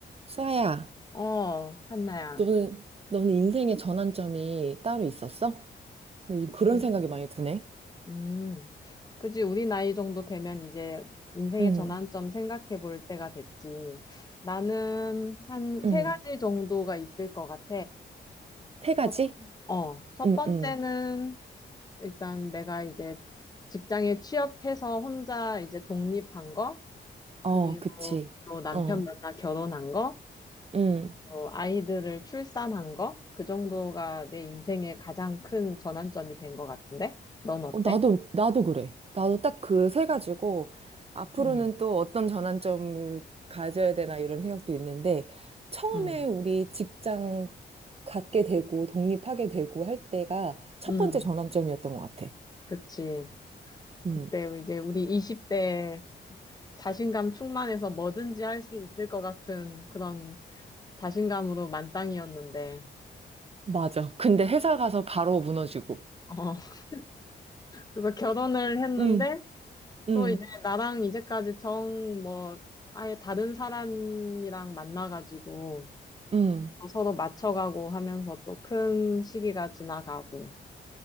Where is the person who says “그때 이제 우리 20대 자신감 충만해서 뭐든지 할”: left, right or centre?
Left